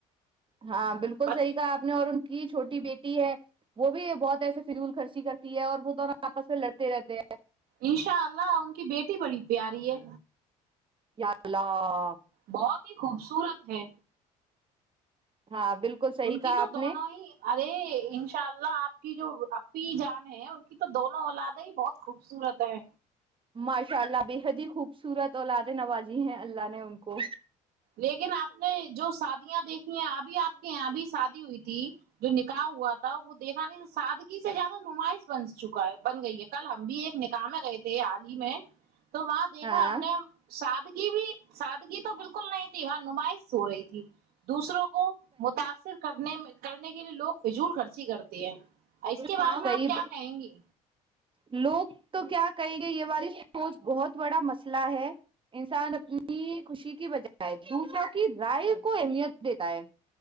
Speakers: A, on the right; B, on the right.
A: ہاں بالکل
B: بچ
A: صحی کہا آپ نے اور کی چھوٹی بیٹی ہے وہ بھی بہت ایسے فضول خرچی کرتی ہے اور وہ تو آپس میں لڑتے رہتے ہیں
B: انشاء اللہ ان کی بیٹی بڑی تھی پیاریے
A: ال <inaudible>
B: بہت ہی خوبصورت ہے
A: ہاں بالکل صحیح
B: ان کی
A: کہا
B: تو
A: آپ
B: دونوں
A: نے
B: ہی ارے انشاء اللہ آپ کی جو اپی جان ہے ان کی تو دونوں اولادیں ہی بہت خوبصورت ہے
A: ماشاء اللہ بےحد ہی خوبصورت اولاد نوازی ہیں اللہ نے ان کو
B: لیکن آپ نے جو شادیاں دیکھی ابھی آپ کے یہاں ابھی شادی ہوئی تھی تھی جو نکاح ہوا تھا وہ دیکھا نہیں سادگی سے زیادہ نمائش بن چکا ہے بن گئی ہے کل ہم بھی ایک نکا میں گئے تھے عال ہی میں تو وہاں دیکھا
A: ہاں
B: ہم نے سادگی بھی سادگی تو بالکل کل نہیں تھی وہاں نمائش ہو رہیھی ت دوسروں کو متاثر کرنے میں کرنے کے لیے لوگ فضول خرچی کرتی ہے اور اس
A: صحیح
B: کے بارے میں آپ کیا کہیں گی
A: لوگ تو کیا کہیں گے یہ والاری سوچ بہت بڑا مسئلہ ہے انسان اپنی خوشی کی بجائے دوسروں کی رائے کو اہمیت دیتا ہے